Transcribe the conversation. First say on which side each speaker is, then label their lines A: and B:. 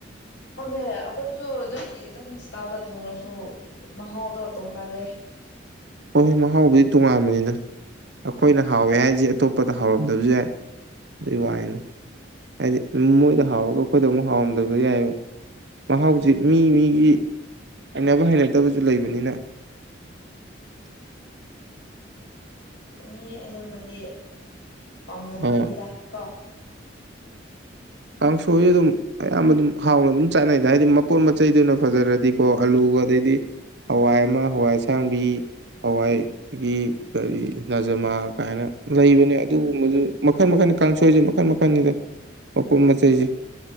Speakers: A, on the left (about 65°); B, on the right (about 60°).
A: ꯍꯪꯉꯦ ꯑꯩꯈꯣꯏꯁꯨ ꯅꯣꯏꯒꯤ ꯑꯗꯨꯝ ꯏꯁꯇꯥꯜꯗ ꯊꯣꯡꯅꯁꯨ ꯃꯍꯥꯎꯗ ꯇꯣꯡꯉꯜꯂꯦ
B: ꯍꯣꯏ ꯍꯣꯏ ꯃꯍꯥꯎꯕꯨꯗꯤ ꯇꯣꯉꯥꯟꯕꯅꯤꯗ ꯑꯩꯈꯣꯏꯅ ꯍꯥꯎꯋꯦ ꯍꯥꯏꯁꯦ ꯑꯇꯣꯞꯄꯗ ꯍꯥꯎꯔꯝꯗꯕꯁꯨ ꯌꯥꯏ ꯑꯗꯨꯏ ꯋꯥꯅꯦ ꯍꯥꯏꯗꯤ ꯃꯣꯏꯗ ꯍꯥꯎꯔꯒ ꯑꯩꯈꯣꯏꯗ ꯑꯃꯨꯛ ꯍꯥꯎꯔꯝꯗꯕꯗꯤ ꯌꯥꯏ ꯃꯍꯥꯎꯁꯤ ꯃꯤ ꯃꯤꯒꯤ ꯍꯩꯅꯕ ꯍꯩꯅꯗꯕꯁꯨ ꯂꯩꯕꯅꯤꯅ
A: <unintelligible> <inaudible> ꯃꯤ ꯑꯌꯥꯝꯕꯗꯤ ꯄꯥꯝꯔꯝꯒꯅꯤꯗ
B: ꯑꯥ
A: ꯀꯣ
B: ꯀꯥꯡꯁꯣꯏꯁ ꯑꯗꯨꯝ ꯑꯌꯥꯝꯕ ꯑꯗꯨꯝ ꯍꯥꯎꯅ ꯑꯗꯨꯝ ꯆꯥꯅꯩꯗ ꯍꯥꯏꯗꯤ ꯃꯄꯣꯟꯠ ꯃꯆꯩꯗꯨ ꯑꯣꯏꯅ ꯐꯖꯔꯗꯤꯀꯣ ꯑꯂꯨꯒ ꯑꯗꯩ ꯑꯗꯨꯗꯤ ꯍꯋꯥꯏ ꯑꯃ ꯍꯋꯥꯏ ꯑꯁꯥꯡꯕꯤ ꯍꯋꯥꯏ ꯑꯗꯒꯤ ꯀꯔꯤ ꯅꯖꯃꯥ ꯀꯥꯏꯅ ꯂꯩꯕꯅꯦ ꯑꯗꯨꯒꯨꯝꯕꯁꯨ ꯃꯈꯟ ꯃꯈꯜ ꯀꯥꯡꯁꯣꯏꯁꯦ ꯃꯈꯟ ꯃꯈꯜ ꯑꯩꯈꯣꯏꯅꯤꯗ ꯃꯄꯣꯠ ꯃꯆꯩꯁꯤ